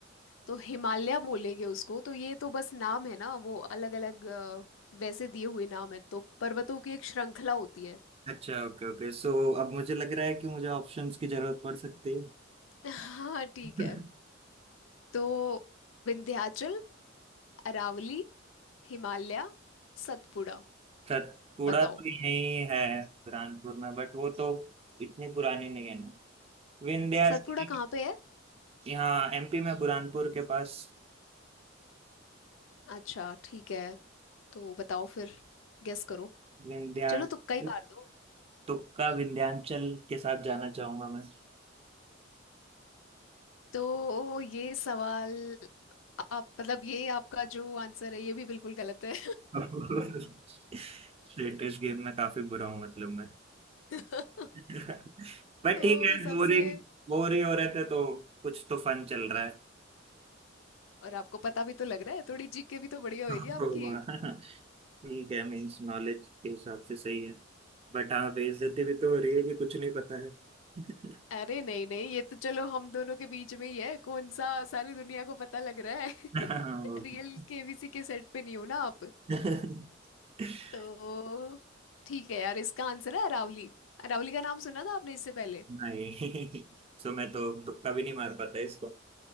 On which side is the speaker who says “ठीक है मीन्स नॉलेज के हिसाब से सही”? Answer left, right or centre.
Right